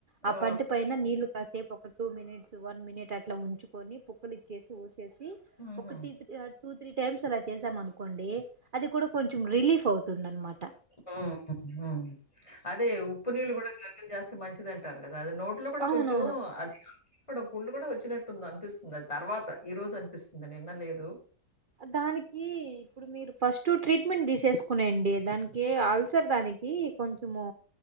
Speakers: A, on the right; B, on the left.
A: ఆ
B: ఓ,
A: పంటి పైన నీళ్లు కాసేపు ఒక టూ మినిట్ వన్ మినిట్ అట్లా ఉంచుకొని పొక్కులు ఇచ్చేసి ఊసేసి
B: ఉహు,
A: ఒక టీత్ టూ త్రీ టైమ్స్ అలా చేసాం అనుకోండి అది కూడా కొంచెం రిలీఫ్ అవుతుంది అన్మాట
B: మ్ హు హు అదే ఉప్పు నీళ్ళు కూడా కరకలు జాస్తె మంచిదం అంటారు కదా అది నోట్లో కూడా
A: అవునవును
B: కొంచెం అది అ ఇక్కడ పుండు కూడా వచ్చినట్టుంది అనిపిస్తుంది అది తర్వాత ఈ రోజు అనిపిస్తుంది నిన్నలేదు
A: దానికి ఇప్పుడు మీరు ఫస్ట్ ట్రీట్మెంట్ తీసేసుకునేయండి దాన్ కి అల్సర్ దానికి కొంచము